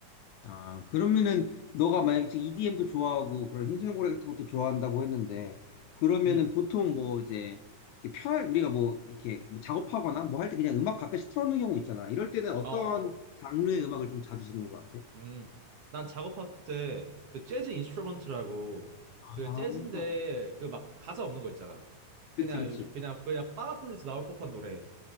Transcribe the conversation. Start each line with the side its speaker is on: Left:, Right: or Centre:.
Left: 아, 그러면은 너가 만약에 지금 EDM도 좋아하고 그런 흰수염고래 같은 것도 좋아한다고 했는데 그러면은
Right: 음,
Left: 보통 뭐 이제 이렇게 편할 우리가 뭐 이렇게 뭐 작업하거나 뭐 할 때 그냥 음악 가끔씩 틀어놓는 경우 있잖아. 이럴 때는 어떤
Right: 어, 어.
Left: 장르의 음악을 좀 자주 듣는 것 같아?
Right: 음, 난 작업할 때 그 재즈 인스트루먼트라고
Left: 아,
Right: 그 재즈인데 그 막 가사 없는 거 있잖아.
Left: 그치,
Right: 그냥,
Left: 그치.
Right: 요- 그냥, 그냥 바 같은 데서 나올 법한 노래.